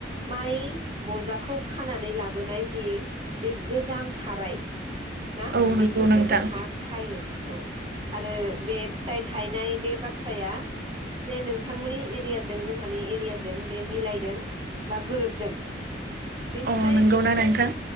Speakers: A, on the right (about 25°); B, on the right (about 50°).
A: माइ बजाखौ खानानै लाबोनाय जे बे गोजाम थाराय ना
B: औ नंगौ
A: बेखौसो
B: नोंथां
A: जोंहा खायो औ आरो बे फिथाइ थायनाय बे बाथ्राया जे नोंथांमोननि एरियाजों जोंहानि एरियाजों बे मिलायदों बा गोरोबदों। बेनिफ्राय
B: अ नंगौना नोंथां